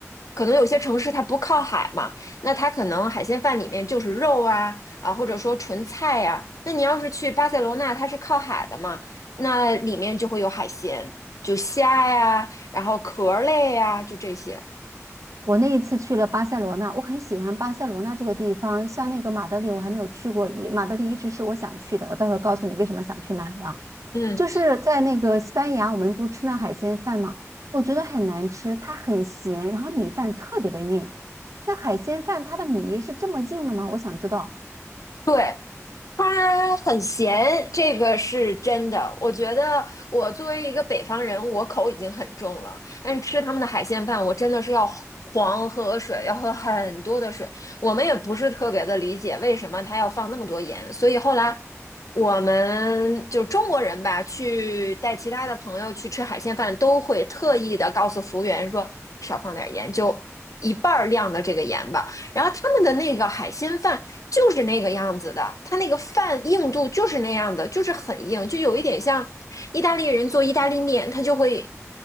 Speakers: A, on the left; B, on the right.
A: 可能有些城市它不靠海嘛，那它可能海鲜饭里面就是肉啊啊，或者说纯菜呀、那你要是去巴塞罗那，它是靠海的嘛，那里面就会有海鲜，就虾呀，然后壳类呀，就这些。
B: 我那一次去了巴塞罗那，我很喜欢巴塞罗那这个地方。像那个马德里，我还没有去过，一马德里一直是我想去的。我到时候告诉你为什么想去那里啊。
A: 嗯。
B: 就是在那个西班牙，我们不是吃那海鲜饭嘛，我觉得很难吃，它很咸，然后米饭特别的硬。那海鲜饭它的米是这么硬的吗？我想知道。
A: 对，他很咸，这个是真的。我觉得我作为一个北方人，我口已经很重了，但是吃他们的海鲜饭，我真的是要狂喝水，要喝很多的水。我们也不是特别的理解为什么他要放那么多盐，所以后来我们就中国人吧，去带其他的朋友去吃海鲜饭，都会特意的告诉服务员说少放点盐，就一半儿量的这个盐吧。然后他们的那个海鲜饭就是那个样子的，它那个饭硬度就是那样的，就是很硬，就有一点像意大利人做意大利面，他就会